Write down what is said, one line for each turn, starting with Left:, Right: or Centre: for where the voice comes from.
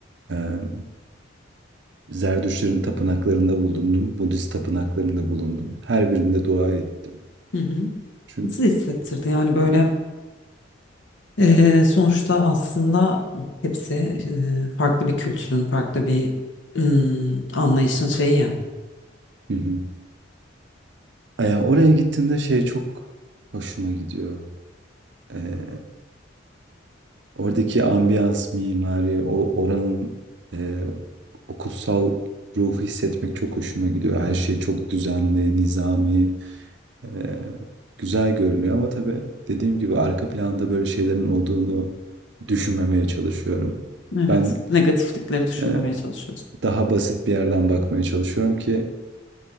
Right: Eee Zerdüştlerin tapınaklarında bulundum. Budist tapınaklarında bulundum. Her birinde dua ettim.
Left: hı. hı.
Right: Çünkü
Left: Nasıl hissettirdi yani böyle eee, sonuçta aslında hepsi eee, farklı bir kültürün, farklı bir ım, anlayışın şeyi ya.
Right: Hı hı. Eee, oraya gittiğimde şey çok hoşuma gidiyor. Eee, oradaki ambiyans, mimari, o oranın eee o kutsal ruhu hissetmek çok hoşuma gidiyor. Her şey çok düzenli, nizami. Ee, güzel görünüyor ama tabii dediğim gibi arka planda böyle şeylerin olduğunu düşünmemeye çalışıyorum.
Left: Evet,
Right: Ben
Left: negatiflikleri düşünmemeye
Right: e,
Left: çalışıyoruz.
Right: daha basit bir yerden bakmaya çalışıyorum ki